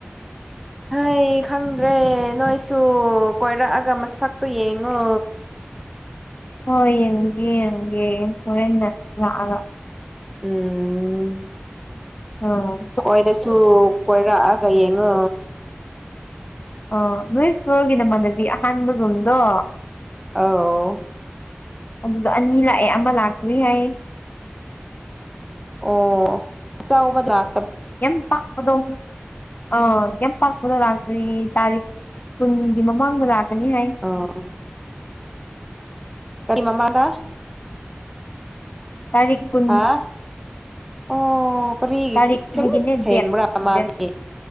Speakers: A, in the centre; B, on the left.
A: ꯍꯩ ꯈꯪꯗ꯭ꯔꯦ ꯅꯣꯏꯁꯨ ꯀꯣꯏꯔꯛꯑꯒ ꯃꯁꯛꯇꯣ ꯌꯦꯡꯉꯣ
B: ꯍꯣꯏ ꯌꯦꯡꯒꯦ ꯌꯦꯡꯒꯦ ꯍꯣꯔꯦꯟꯅ ꯂꯥꯛꯑꯒ
A: ꯎꯝ
B: ꯑꯣ
A: ꯈꯣꯏꯗꯁꯨ ꯀꯣꯏꯔꯛꯑꯒ ꯌꯦꯡꯉꯣ
B: ꯑꯣ ꯅꯣꯏ ꯐ꯭ꯂꯣꯔꯒꯤ ꯅꯃꯥꯟꯅꯕꯤ ꯑꯍꯥꯟꯕ ꯔꯨꯝꯗꯣ
A: ꯑꯧ
B: ꯑꯗꯨꯗꯣ ꯑꯅꯤ ꯂꯥꯛꯑꯦ ꯑꯃ ꯂꯥꯛꯇ꯭ꯔꯤ ꯍꯥꯏꯌꯦ
A: ꯑꯣ ꯑꯆꯧꯕ ꯗꯥꯛ
B: ꯌꯥꯝ ꯄꯥꯛꯄꯗꯣ ꯑꯧ ꯌꯥꯝ ꯄꯥꯛꯄꯗꯣ ꯂꯥꯛꯇ꯭ꯔꯤ ꯇꯥꯔꯤꯛ ꯀꯨꯟꯒꯤ ꯃꯃꯥꯡꯗ ꯂꯥꯛꯀꯅꯤ ꯍꯥꯏ
A: ꯑꯣ ꯀꯔꯤ ꯃꯝꯥꯡꯗ
B: ꯇꯥꯔꯤꯛ ꯀꯨꯟ
A: ꯍꯥ ꯑꯣ ꯀꯔꯤꯒꯤ
B: ꯇꯥꯔꯤꯛ
A: ꯁꯦꯝ
B: ꯍꯥꯏꯗꯤꯅꯦ
A: ꯃꯨꯠ ꯊꯦꯡꯕ꯭ꯔꯥ
B: ꯗꯦꯠ
A: ꯃꯥꯗꯤ
B: ꯗꯦꯠ